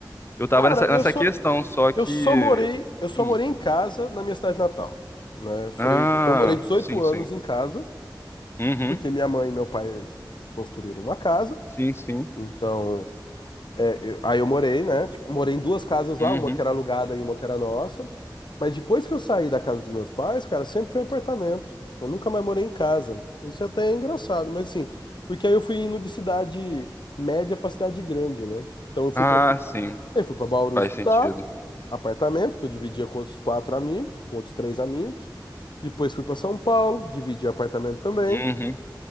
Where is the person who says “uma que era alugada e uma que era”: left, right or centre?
Left